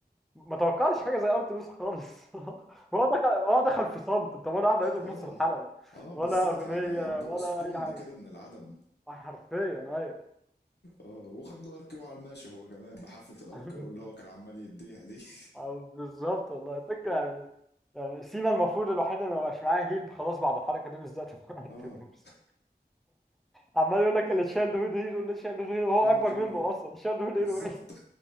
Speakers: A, in the centre; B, on the left.
A: ما توقعش حاجه زي ارتلوس خالص <laughs> ولا دخل ولا دخل في صمت انت ولا واحد لقيته في
B: آه
A: نص الحلبه
B: آه
A: ولا
B: بالظبط
A: اغنيه
B: يعني بر-
A: ولا
B: سبوند
A: اي حاجه
B: كده من العدم
A: آه، حرفيا ايوه
B: آه وخد له ارك او على الماشي هو كمان بحفلة الارك
A: <laughs>
B: او اللي هو كان عمال يديها دي <laughs>
A: أو بالظبط والله الفكره يعني يعني سينا المفروض الوحيد اللي ما بقاش معاه هيل خلاص بعد الحركه دي بالذات <laughs> مع
B: اه
A: ارتلوس عمال يقول لك اللي شال هود هيرو اللي شال هود هيرو هو
B: اه
A: اكبر
B: شايف
A: منه اصلا شال هود
B: بالظبط
A: هيرو ايه